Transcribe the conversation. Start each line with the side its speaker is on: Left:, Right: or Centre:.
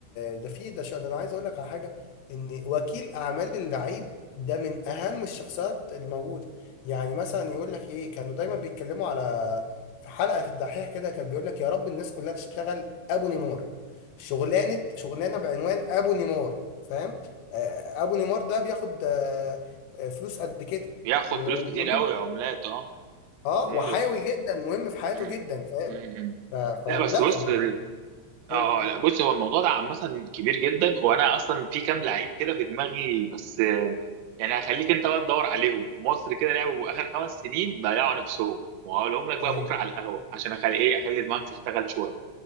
Left: ده في ده, ش- ده انا عايز اقول لك على حاجة ان وكيل اعمال اللعيب ده من اهم الشخصيات الموجودة يعني مثلا يقول لك ايه كانوا دايما بيتكلموا على في حلقة في الدحيح كده كان بيقول لك يا رب الناس كلها تشتغل ابو نيمار شغلانة شغلانة بعنوان ابو نيمار فاهم آه، ابو نيمار ده بياخد آه، آه، فلوس قد كده
Right: بياخد
Left: ومهم
Right: فلوس كتير قوي عملات اه
Left: اه
Right: عموله
Left: وحيوي جدا مهم في حياته
Right: امم
Left: جدا فاهم
Right: امم
Left: ف... فلا
Right: لا بس بص
Left: ما
Right: اه
Left: مم.
Right: اه لا بص هو الموضوع ده عامة كبير جدا وانا اصلا في كام لعيب كده في دماغي بس آه، يعني هخليك انت بقى تدور عليهم في مصر كده لعبوا اخر خمس سنين ضيعوا نفسهم وهقولهم لك بقى
Left: ايوه
Right: بكره على القهوة عشان اخلي ايه اخلي دماغك تشتغل شوية